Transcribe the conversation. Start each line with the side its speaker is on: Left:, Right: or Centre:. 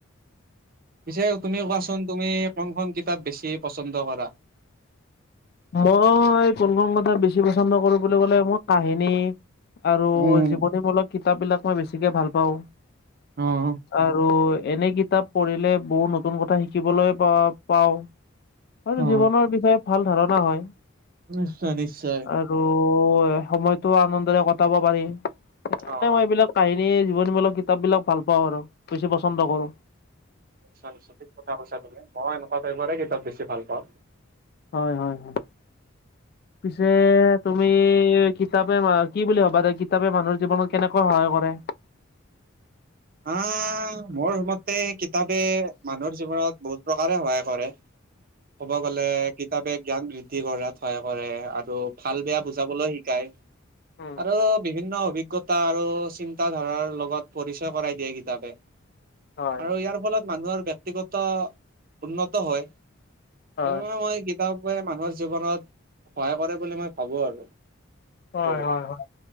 Right: পিছে তুমি কোৱাচোন তুমি কোনখন কিতাপ বেছি পচন্দ কৰা।
Left: মই কোনখন কিতাপ বেছি পছন্দ কৰোঁ বুলি ক'লে মই কাহিনী। আৰু
Right: উম
Left: জীৱনীমূলক কিতাপ বিলাক মই বেছিকে ভাল পাওঁ।
Right: অ'
Left: আৰু এনে কিতাপ পঢ়িলে বহুত নতুন কথা শিকিবলৈ পা পাওঁ। আৰু
Right: অ
Left: জীৱনৰ বিষয়ে ভাল ধাৰণা হয়।
Right: নিশ্চয় নিশ্চয়।
Left: আৰু সময়তো আনন্দৰে কটাব পাৰি সেইকাৰণে
Right: অ
Left: মই এইবিলাক। কাহিনী জীৱনীমূলক কিতাপ বিলাক ভাল পাওঁ আৰু বেছি পচন্দ কৰোঁ।
Right: নিশ্চয়, নিশ্চয় ঠিক কথা কৈছা তুমি মই এনেকুৱা টাইপৰে কিতাপ বেছি ভাল পাওঁ।
Left: হয় হয় হয়, পিছে তুমি কিতাপে কি বুলি ভবা যে কিতাপে মানুহৰ জীৱনত কেনেকৈ সহায় কৰে।
Right: আহ মোৰ মতে, কিতাপে মানুহৰ জীৱনত বহুত প্ৰকাৰে সহায় কৰে।
Left: <inaudible>
Right: ক'ব গলে কিতাপে জ্ঞান বৃদ্ধি কৰাত সহায় কৰে আৰু ভাল বেয়া বুজাবলৈ শিকায়।
Left: উম
Right: আৰু বিভিন্ন অভিজ্ঞতা আৰু চিন্তা ধাৰাৰ লগত পৰিচয়। পৰিচয় কৰাই দিয়ে কিতাপে আৰু
Left: হয়
Right: ইয়াৰ ফলত মানুহৰ আৰু ব্যক্তি। ব্যক্তিগত উন্নত হয় সেইবাবে
Left: হয়
Right: মই কি। কিতাপে মানুহৰ জীৱনত সহায় কৰে বুলি মই ভাবো আৰু।
Left: হয়
Right: বহুত
Left: হয় হয়